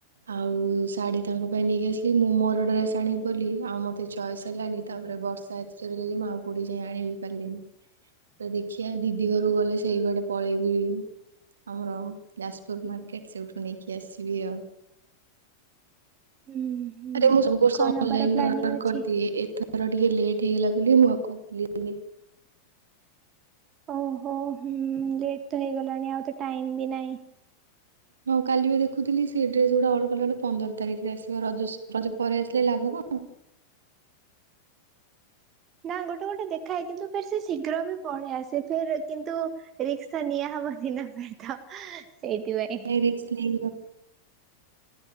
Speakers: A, on the right; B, on the right.
A: ଆଉ ଶାଢୀ ତାଙ୍କ ପାଇଁ ନେଇକି ଆସିଲି ।ମୁଁ ମୋର ଡ୍ରେସ୍ ଆଣିବି ବୋଲି ଆଉ ମୋତେ ଚଏସ୍ ହେଲାଣି, ତାପରେ ବର୍ଷା ଏତେ ଜୋର୍ ହେଲା ଯେ ମୁଁ ଆଉ କୋଉଠିକି ଯାଇ ଆଣିବି ପାରିଲିନି ।ତ ଦେଖିବା ଦିଦି ଘରକୁ ଗଲେ ସେଇ ବାଟେ ପଳେଇବି। ଆମର ଯାଜପୁର ମାର୍କେଟ୍ ସେଇଠୁ ନେଇକି ଆସିବି ଆଉ।
B: ହୁଁ ହୁଁ।
A: ଆରେ ମୁଁ ସବୁ ବର୍ଷ
B: କଣ
A: ଅନଲାଇନ୍
B: ନବାର ପ୍ଲାନିଂ
A: ରେ ଅର୍ଡର
B: ଅଛି?
A: କରିଦିଏ ।ଏଥ ମୋର ଟିକେ ଲେଟ୍ ହେଇଗଲା ବୋଲି ମୁଁ ଆଉ କଲିନି।
B: ଓହୋ ହୁଁ ଲେଟ୍ ତ ହେଇଗଲାଣି ଆଉ ତ ଟାଇମ୍ ବି ନାହିଁ।
A: ହଁ କାଲି ବା ଦେଖୁଥିଲି ସେ ଡ୍ରେସ୍ ଉଡା ଅର୍ଡର କଲା ବେଳକୁ ପନ୍ଦର ତାରିଖରେ ଆସିବ ରଜ ସ-ରଜ ପରେ ଆସିଲେ ଲାଭ କଣ।
B: ନା ଗୋଟେ ଗୋଟେ ଦେଖାଏ କିନ୍ତୁ ଫେର୍ ସେ ଶୀଘ୍ର ବି ପଳେଇ ଆସେ ଫେର୍ କିନ୍ତୁ ରିକ୍ସା ନିଆ ହବନି ନା ଫେର୍। ତ ସେଇଥିପାଇଁ।
A: ରିକ୍ସ ନେଇ